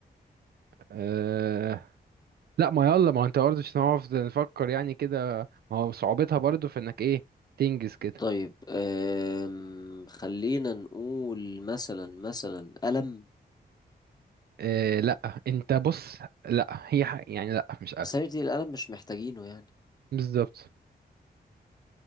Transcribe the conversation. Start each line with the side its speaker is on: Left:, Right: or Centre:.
Right: أه لا ما يلا ما هو انت برضه مش هنعرف نفكر يعني كده ما هو صعوبتها برضه في انك ايه تنجز كده
Left: طيب أم... خلينا نقول مثلا مثلا قلم
Right: إيه لا انت بص لا هي ح- يعني لا مش قلق
Left: بس هي دي القلم مش محتاجينه يعني
Right: بالظبط